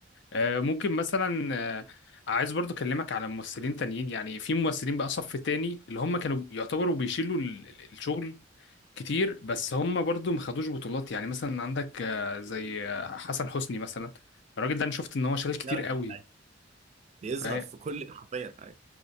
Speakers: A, on the left; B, on the right.
A: آه، ممكن مثلا آه، عايز برضو اكلمك على ممثلين تانيين يعني في ممثلين بقى صف تاني اللي هم كانوا يعتبروا بيشيلوا ال- ال- الشغل كتير بس هم برضو ما خدوش بطولات يعني مثلا عندك آه، زي آه، حسن حسني مثلا الراجل ده انا شفت ان هو شغال كتير
B: لا
A: قوي
B: أيوة. بيظهر
A: فهي-
B: في كل حرفيا ايوه